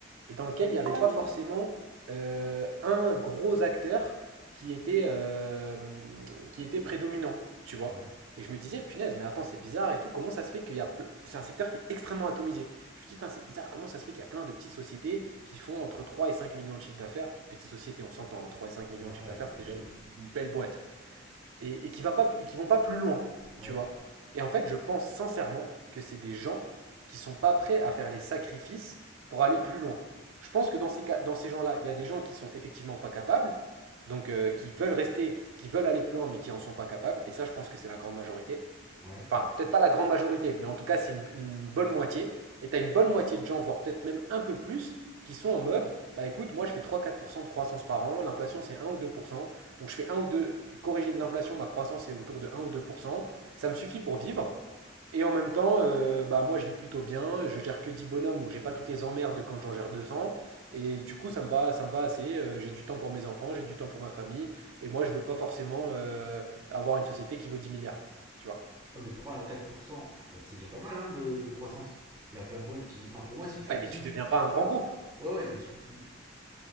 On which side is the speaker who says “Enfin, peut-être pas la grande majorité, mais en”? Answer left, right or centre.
Right